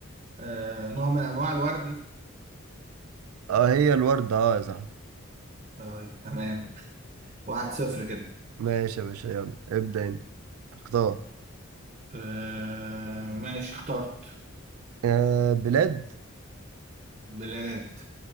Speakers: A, on the right; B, on the right.
A: آه... نوع من انواع الورد
B: آه هي الوردة آه يا صاحبي
A: طيب تمام واحد صفر كده
B: ماشي يا باشا يلا ابدأ أنت اختار
A: آه ماشي اخترت
B: آه بلاد
A: بلاد